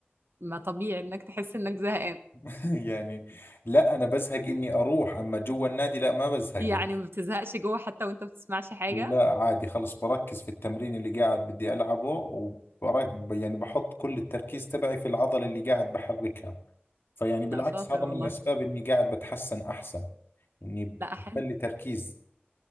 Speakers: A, on the right; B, on the left.
A: ما طبيعي انك تحس انك زهقان
B: <laughs> يعني لا انا بزهق اني اروح اما جوا النادي لا ما بزهق
A: يعني
B: يعني
A: ما بتزهقش جوه حتى وانت ما بتسمعش حاجه
B: لا عادي خلص بركز في التمرين اللي قاعد بدي العبه وبرك يعني بحط كل التركيز تبعي في العضلة اللي قاعد بحركها فيعني بالعكس
A: لا شاطر
B: هذا
A: والله
B: من الأسباب إني قاعد بتحسن أحسن إني
A: لا حلو
B: بخلي تركيز